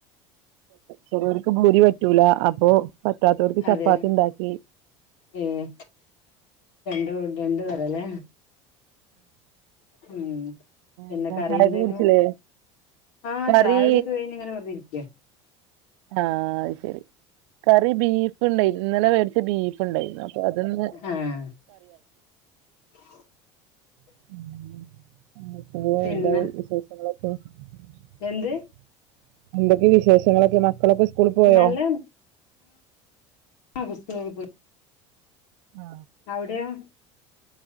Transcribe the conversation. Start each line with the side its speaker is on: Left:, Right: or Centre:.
Right: ചെലോർക്ക് ഭൂരി പറ്റൂല അപ്പൊ.. പറ്റാത്തോർക്ക്
Left: അതെ
Right: ചപ്പാത്തി ഇണ്ടാക്കി
Left: ഏഹ് രണ്ട് രണ്ടു തരംല്ലേ ഉം പിന്നെ
Right: എന്താ
Left: കറിയന്തായിരുന്നു
Right: ചായൊക്കെ കുടിച്ചില്ലേ
Left: ആ
Right: കറി
Left: ചായകുടിയൊക്കെ കഴിഞ്ഞ് ഇങ്ങനെ വെറുതെ ഇരിക്കാ
Right: ആ അത് ശരി. കറി ബീഫ് ഉണ്ടായിന്നു. ഇന്നലെ വേടിച്ച ബീഫ് ഉണ്ടായിരുന്നു. അപ്പൊ അതൊന്ന്
Left: ആഹ് <inaudible>
Right: <inaudible>
Left: പിന്നെ എന്ത്
Right: എന്തൊക്കെ വിശേഷങ്ങളൊക്കെ. മക്കളൊക്കെ സ്കൂളിൽ പോയോ.
Left: നല്ല ആ സ്കൂളിൽ പോയി
Right: ആ
Left: അവിടെയോ